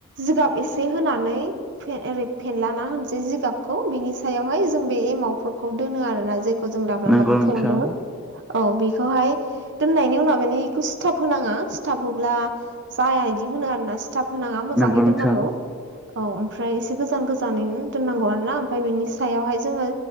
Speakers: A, on the right (about 55°); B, in the centre.
A: जिगाब एसे होनानै फेरे एसे फेनलाना होनसै जिगाबखौ बिनि सायावहाय जों बे एमावफोरखौ दोनो आरोना जे जों दाबलां
B: नंगौ
A: दाबलां
B: नोंथां
A: खालामदों औ बेखौहाय दोननायनि उनाव मे बेखौ सिथाब होनाङा सिथाबोब्ला जाया बिदि होनो आरो ना खिथाब होनाङा
B: नंगौ
A: मोजाङै
B: नोंथां नंगौ नोंथां
A: दोननांगौ औ ओमफ्राय एसे गोजान गोजानैनो दोननांगौ आरो ना ओमफ्राय बेनि सायावहाय जोङो